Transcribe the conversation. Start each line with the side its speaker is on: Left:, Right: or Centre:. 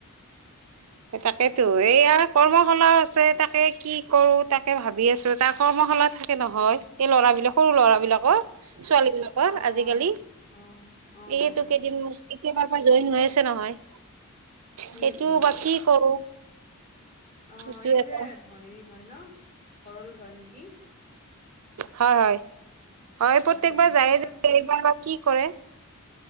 Right: <inaudible> তাকেতো এই আ কৰ্মশালাও আছে, তাকে কি কৰো তাকে ভাবি আছো। তাৰ কৰ্ম <unintelligible> থাকে নহয় এই ল'ৰাবিলাক সৰু ল'ৰাবিলাকৰ
Left: অ
Right: ছোৱালীবিলাকৰ
Left: অ অ
Right: আজিকালি।
Left: অ অ অ
Right: এইটো
Left: অ
Right: কেইদিন এতিয়া বাৰ পৰা জইন হৈ আছে নহয়। সেইটো
Left: উম উম,
Right: বা কি কৰো
Left: অ
Right: সেইটো
Left: এই
Right: এটা
Left: যে হেৰিত হয় ন? ভৰলোত হয় নেকি?
Right: হয় হয় হয় প্ৰত্যেকবাৰ
Left: অ অ
Right: যায়
Left: কেতিয়াৰ
Right: যে এইবাৰ বা কি কৰে?